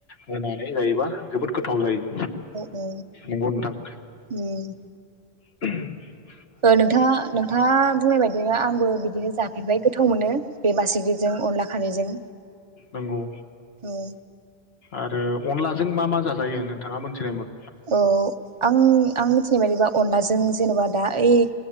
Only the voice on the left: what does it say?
होनानै जायो जोबोद गोथाव जायो
नंगौ नोंथां
<inaudible>
नंगौ
आरो अनलाजों मा मा जाजायो नोंथाङा मोनथिनायमोन